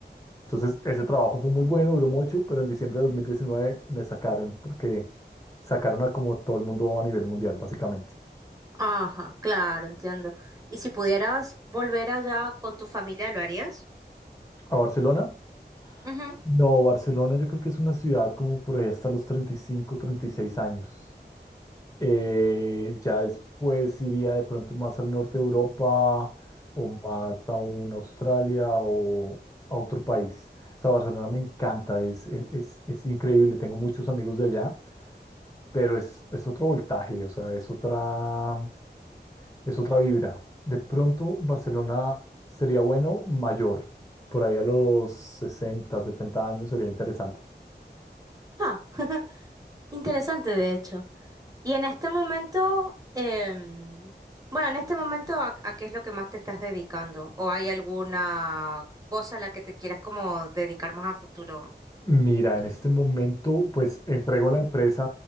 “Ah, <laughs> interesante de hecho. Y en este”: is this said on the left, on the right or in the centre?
Right